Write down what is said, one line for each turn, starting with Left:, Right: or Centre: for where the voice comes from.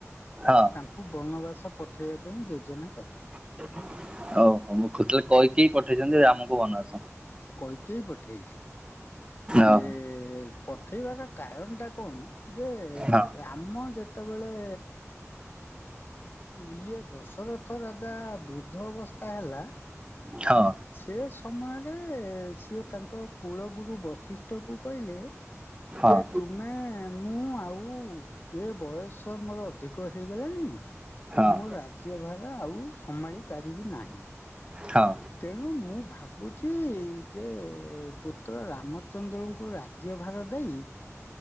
Right: ହଁ
Left: ତାଙ୍କୁ ବନବାସ ପଠେଇବା ପାଇଁ ଯୋଜନା କଲେ।
Right: ଓଉ ହୋ ତାହେଲେ କୈକେୟୀ ପଠେଇଛନ୍ତି ରାମକୁ ବନବାସ?
Left: କୈକେୟୀ ପଠେଇଲେ। ସିଏ
Right: ଓହୋ
Left: ପଠେଇବାର କାରଣ ଟା କଣ ଯେ
Right: ହଁ
Left: ରାମ ଯେ ତେବେଳେ ଇଏ ଦଶରଥ ରାଜା ବୃଦ୍ଧ ଅବସ୍ଥା ହେଲା।
Right: ହଁ।
Left: ସେ ସମୟରେ ସିଏ ତାଙ୍କ କୁଳ ଗୁରୁ ବଶିଷ୍ଠ କୁ କହିଲେ
Right: ହଁ
Left: ଯେ ତୁମେ ମୁଁ ଆଉ ଏ ବୟସ ସ ମୋ ଅଧିକ ହୋଇଗଲଣି।
Right: ହଁ
Left: ମୁଁ ରାଜ୍ୟ ଭାର ଆଉ -- ସମ୍ଭାଳି ପାରିବି ନାହିଁ।
Right: ହଁ।
Left: ତେଣୁ ମୁଁ ଭାବୁଛି ଯେ ପୁତ୍ର ରାମଚନ୍ଦ୍ରଙ୍କୁ ରା ରାଜ୍ୟ ଭାର ଦେଇ